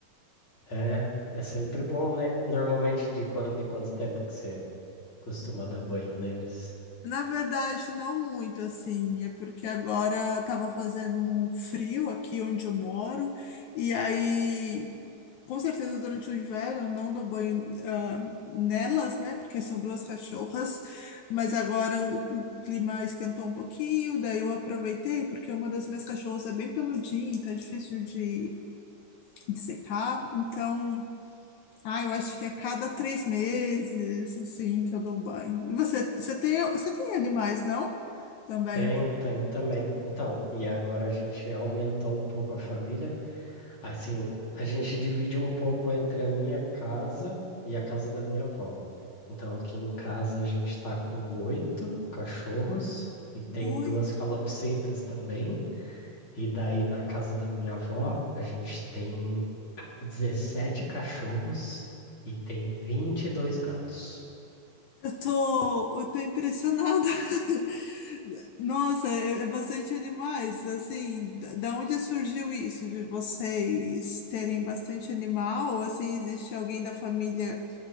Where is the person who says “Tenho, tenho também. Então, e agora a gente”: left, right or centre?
Left